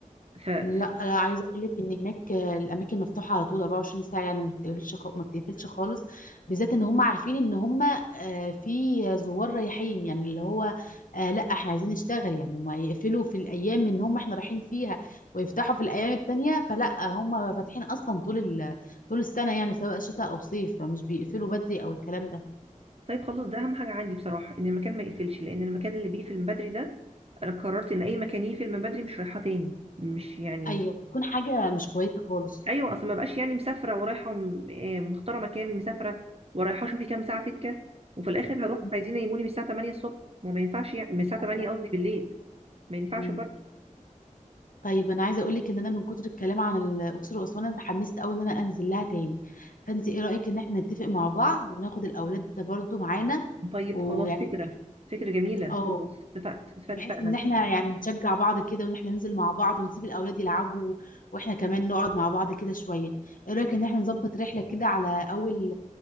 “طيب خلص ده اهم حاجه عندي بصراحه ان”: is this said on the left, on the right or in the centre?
Right